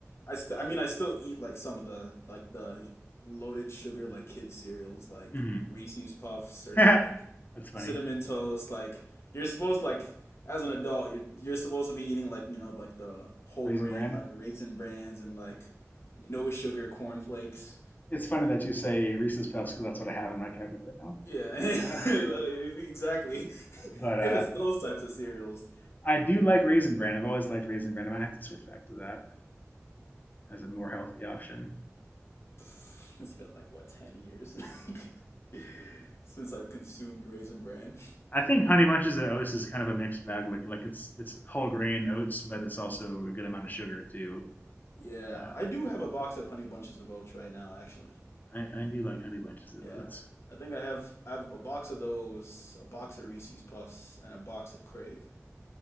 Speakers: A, on the left; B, on the left.
A: I st I mean I still eat like some of the like the loaded sugar like kid cereals like
B: hmm
A: Reese's Puffs or
B: <laughs> that's
A: like
B: funny.
A: cinnamon toast. Like you're supposed like as an adult you're you're supposed to be eating like you know like the whole
B: Raisin
A: grain
B: bran.
A: like Raisin Brans and like no sugar cornflakes.
B: It's funny that you say Reese's Puffs because that's what I have in my cabinet right now.
A: Yeah, <laughs>
B: Uh,
A: exactly. If
B: <laughs> but uh,
A: it's those types of cereals,
B: I do like raisin bran. I've always liked raisin bran. I might have to switch back to that as a more healthy option.
A: pff, it's been like what, 10 years <laughs> since I've consumed Raisin Bran.
B: I think honey bunches of oats is kind of a mixed bag. Like like it's it's whole grain oats, but it's also a good amount of sugar too
A: Yeah,
B: Uh,
A: I do
B: but
A: have a box of Honey Bunches of Oats right now, actually.
B: I, I do like Honey Bunches of
A: Yeah,
B: Oats.
A: I think I have I have a box of those, a box of Reese's Puffs, and a box of Crave.